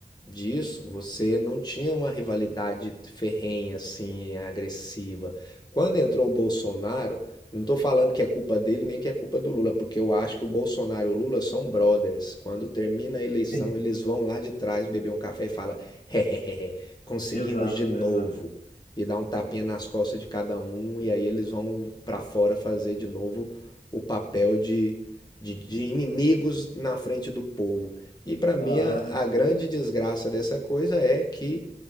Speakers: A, on the left (about 25°); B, on the left (about 55°).
A: disso, você não tinha uma rivalidade ferrenha assim, agressiva. Quando entrou o Bolsonaro, não estou falando que é culpa dele nem que é culpa do Lula, porque eu acho que o Bolsonaro e o Lula são brothers. Quando termina a eleição,
B: Sim.
A: eles vão lá de trás beber um café e falam: hehehe, conseguimos
B: Exato,
A: de novo
B: exato.
A: e dá um tapinha nas costas de cada um, e aí eles vão para fora fazer de novo o papel de, de, de inimigos na frente do povo. E para mim,
B: Aham,
A: a grande desgraça dessa coisa é que